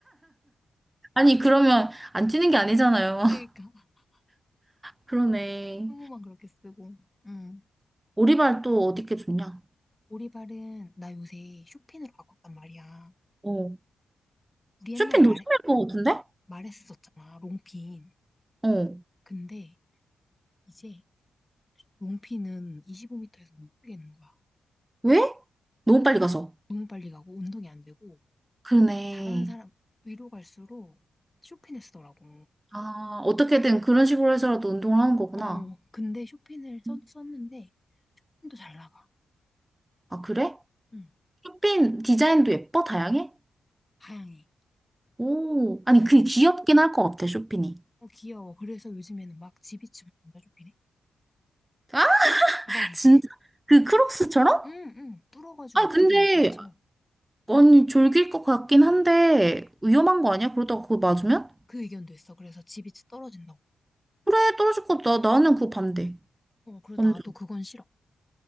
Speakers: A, on the right; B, on the left.
A: 아니, 그러면 안 뛰는 게 아니잖아요. <laughs>
B: 그러니까 <laughs>
A: 그러네.
B: 수모만 그렇게 쓰고. 음.
A: 오리발 또 어디 게 좋냐?
B: 오리발은 나 요새 쇼핀으로 바꿨단 말이야.
A: 어.
B: 우리 옛날에
A: 쇼핑
B: 말
A: 노점일 것 같은데?
B: 말했었잖아. 롱핀.
A: 어.
B: 근데 이제 롱핀은 25m에서 못 쓰겠는 거야.
A: 왜? 너무 빨리 가서.
B: 너무 빨리 가고 운동이 안 되고
A: 그러네.
B: 잘하는 사람 위로 갈수록 쇼핀을 쓰더라고.
A: 아, 어떻게든 그런 식으로 해서라도 운동을 하는 거구나.
B: 어, 근데 쇼핀을 썼,
A: 음.
B: 썼는데 힘도 잘 나가.
A: 아, 그래?
B: 응,
A: 쇼핑 디자인도 예뻐? 다양해?
B: 다양해.
A: 오, 아니, 그 귀엽긴 할 것 같아, 쇼핑이.
B: 어, 귀여워. 그래서 요즘에는 막 지비치터인짜쇼긴네
A: 아? <laughs>
B: 대박이지?
A: 진짜? 그 크록스처럼?
B: <laughs> 응, 응. 뚫어가지고
A: 아,
B: 어떻게든
A: 근데,
B: 막 붙여.
A: 아니, 졸길 것 같긴 한데, 위험한 거 아니야? 그러다가 그거 맞으면?
B: 그 의견도 있어. 그래서 지비치 떨어진다고.
A: 그래, 떨어질 것 같아. 나- 나는 그거 반대.
B: 어, 그래서
A: 완전.
B: 나도 그건 싫어.